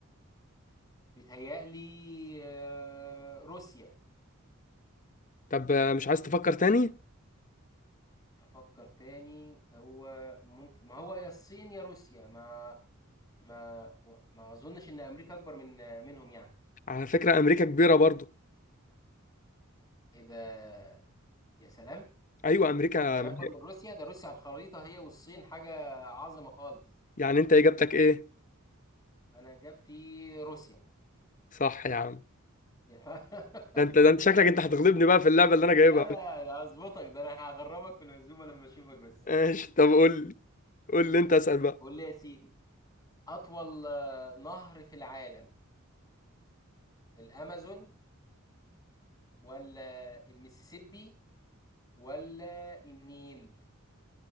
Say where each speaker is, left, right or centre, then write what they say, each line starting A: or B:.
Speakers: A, on the left; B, on the left.
A: بيتهيألي آه، روسيا
B: طب آه، مش عايز تفكر تاني
A: افكر تاني هو ممكن ما هو يا الصين يا روسيا ما ما ما اظنش ان امريكا اكبر من منهم يعني
B: على فكره امريكا كبيره برضو
A: ايه ده يا سلام
B: ايوه امريكا
A: يعني
B: <laughs>
A: اكبر من روسيا ده روسيا على الخريطة هي والصين حاجة عظمة خالص
B: يعني انت اجابتك ايه
A: انا اجابتي روسيا
B: صح يا عم
A: يا <laughs>
B: ده انت ده انت شكلك انت هتغلبني بقى في اللعبه
A: ت-
B: اللي انا جايبها
A: لا لا لا هظبطك ده انا هغرمك في العزومة لما اشوفك بس
B: ماشي طب قول لي. قول لي انت اسال بقى
A: قول لي يا سيدي اطول آه، نهر في العالم الامازون ولا المسيسيبي ولا النيل